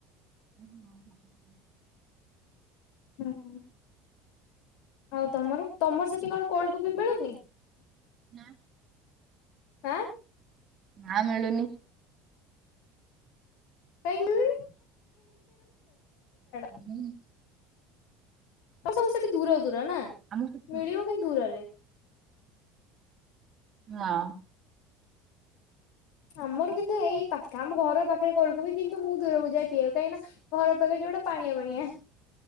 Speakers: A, on the right; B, on the left.
A: ଓ <inaudible>
B: ହୁଁ ହୁଁ ଆଉ ତମର ତମର ସେଠି କଣ କୋଲଡ କଫି ମିଳୁନି?
A: ନା
B: ଆଁ
A: ନାଁ ମିଳୁନି
B: ଯାଇ ମିଳୁନି <unintelligible>
A: ହୁଁ
B: ତମ ସବୁ ସେଠୀ ଦୂର ଦୂର ନା
A: ହଁ
B: ମିଳିିବ କି ଦୂର ରେ।
A: ହଁ।
B: ଆମର କିନ୍ତୁ ଏଇ ପାଖ ଆମ ଘର ପାଖରେ କୋଲ୍ଡ କଫି କିନ୍ତୁ ମୁଁ ଦୂରକୁ ଯାଏ ପିବାକୁ କାହିଁକି ନା ଘର ପାଖରେ ଯୋଉଟା ପାଣିଆ ପାଣିଆ